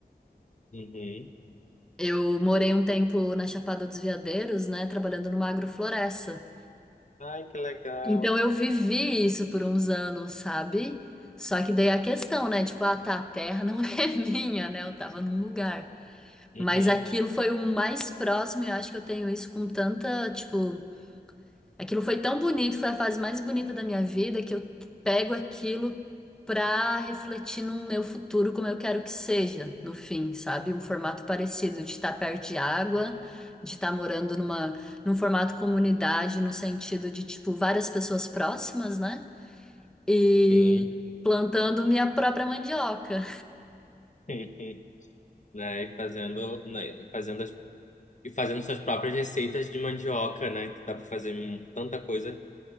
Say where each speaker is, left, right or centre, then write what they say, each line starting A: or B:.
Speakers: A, on the left (about 45°); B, in the centre.
A: Uhum.
B: Eu morei um tempo na Chapada dos Veadeiros, né, trabalhando numa agrofloresta.
A: Ai, que legal.
B: Então eu vivi isso por uns anos, sabe? Só que daí é a questão, né? Tipo, ah, tá, a terra não <laughs> é minha, né? Eu tava num lugar.
A: Uhum.
B: Mas aquilo foi o mais próximo, e eu acho que eu tenho isso com tanta, tipo. Aquilo foi tão bonito, foi a fase mais bonita da minha vida que eu pego aquilo pra refletir no meu futuro como eu quero que seja, no fim, sabe? Um formato parecido de estar perto de água, de estar morando numa num formato comunidade, no sentido de tipo várias pessoas próximas, né? E
A: Sim.
B: plantando minha própria mandioca.
A: <laughs> Né, e fazendo, né, e fazendo as- e fazendo suas próprias receitas de mandioca, né? Que dá para fazer tanta coisa.